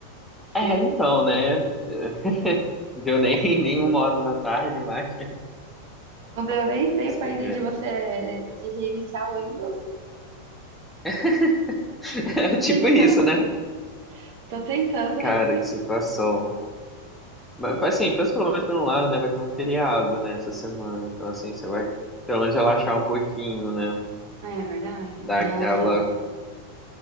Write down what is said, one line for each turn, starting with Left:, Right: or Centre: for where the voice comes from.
Right: cedo.
Centre: É, então, né? <laughs> Deu nem, nem uma hora da tarde, mas
Right: Não deu nem tempo
Centre: você
Right: ainda
Centre: vê.
Right: de você de reiniciar o Windows.
Centre: <laughs>
Right: Tô
Centre: É tipo
Right: tentando
Centre: isso,
Right: ainda.
Centre: né?
Right: Tô tentando
Centre: Cara,
Right: ainda.
Centre: que situação. Mas assim, pensa pelo menos por um lado, né? Vai ter um feriado, né, essa semana. Então, assim, você vai pelo menos relaxar um pouquinho, né?
Right: Ah, é verdade.
Centre: Dar
Right: Nossa,
Centre: aquela.